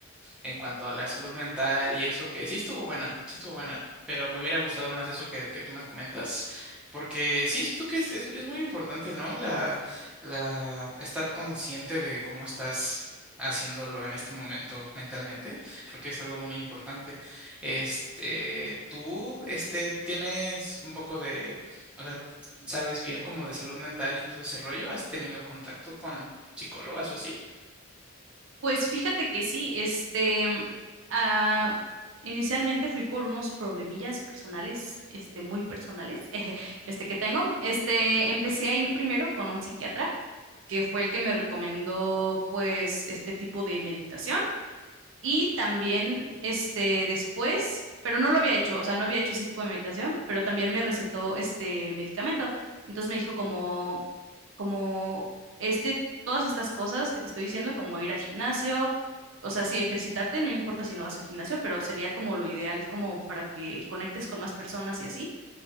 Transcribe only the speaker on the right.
Pues fíjate que sí, este, ah, inicialmente fui por unos problemillas personales, este, muy personales, <laughs> eh, este que tengo. Este, empecé a ir primero con un psiquiatra, que fue el que me recomendó, pues, este tipo de meditación. Y también, este, después, pero no lo había hecho, o sea, no había hecho ese tipo de meditación, pero también me recetó este medicamento. Entonces me dijo como, como, este, todas estas cosas que te estoy diciendo, como ir al gimnasio, o sea, sí, ejercitarte, no importa si no vas al gimnasio, pero sería como lo ideal, como para que conectes con más personas y así